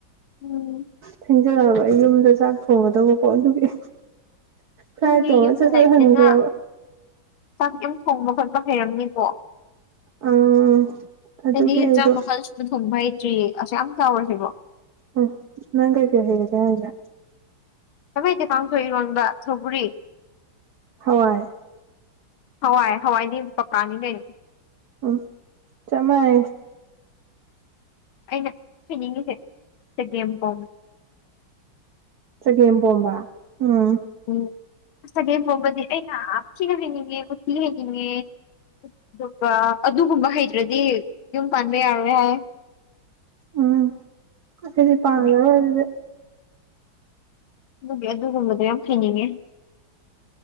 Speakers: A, on the left; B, on the right.
A: ꯎꯝ
B: ꯊꯦꯡꯖꯜꯂꯛꯑꯕ ꯑꯩ ꯌꯨꯝꯗ ꯆꯥꯛ ꯊꯣꯡꯒꯗꯧꯕꯀꯣ ꯑꯗꯨꯒꯤ ꯀꯥꯏ
A: ꯅꯪꯗꯤ
B: ꯇꯣ
A: ꯌꯨꯝꯗ
B: ꯃ ꯆꯁ
A: ꯂꯩꯕꯅꯤꯅ
B: ꯊꯟꯒ꯭ꯔ
A: ꯆꯥꯛ ꯌꯨꯝ ꯊꯣꯡꯕ ꯈꯣꯠꯄ ꯍꯩꯔꯝꯅꯤꯀꯣ
B: ꯑꯪ ꯑꯗꯨꯒꯤ
A: ꯑꯦꯗꯤ
B: ꯑꯩꯗꯣ
A: ꯆꯥꯛ ꯃ ꯐꯜꯁꯨ ꯊꯣꯡꯕ ꯍꯩꯇ꯭ꯔꯤ ꯑꯁꯨ ꯌꯥꯝ ꯆꯥꯎꯔꯁꯤꯕꯣ
B: ꯎ ꯅꯪꯥꯏꯒꯦ ꯍꯦꯒ ꯀꯂ
A: ꯀꯃꯩꯗꯤꯦ ꯄꯥꯡꯊꯣꯛꯏ ꯏꯔꯣꯟꯕ ꯁꯒꯔꯤ
B: ꯍꯋꯥꯏ
A: ꯍꯋꯥꯏ ꯍꯋꯥꯏꯗꯤ ꯄꯀꯥꯅꯤ ꯂꯩ
B: ꯎꯝ ꯆꯃꯑ
A: ꯑꯩꯅ ꯍꯥꯏꯅꯤꯡꯉꯤꯁꯦ ꯆꯒꯦꯝ ꯄꯣꯝꯃꯦ
B: ꯆꯒꯝ ꯄꯝꯕ ꯎꯝ
A: ꯎ ꯆꯒꯦꯝ ꯐꯥꯎꯕꯗꯤ ꯑꯩꯩꯅ ꯊꯤꯅ ꯍꯩꯅꯤꯡꯉꯦ ꯎꯊꯤ ꯍꯩꯅꯤꯡꯉꯦ ꯑꯗꯨꯒ ꯑꯗꯨꯒꯨꯝꯕ ꯍꯩꯇ꯭ꯔꯗꯤ ꯌꯨꯝ ꯄꯥꯟꯕ ꯌꯥꯔꯣꯏ ꯍꯥꯏ
B: ꯎꯝ ꯁꯤꯅꯤ ꯄꯗ
A: ꯑꯗꯨꯒꯤ
B: ꯑꯣꯏꯔꯗ
A: ꯑꯗꯨꯒꯤ ꯑꯗꯨꯒꯨꯝꯕꯗꯣ ꯌꯥꯝ ꯍꯩꯅꯤꯡꯉꯦ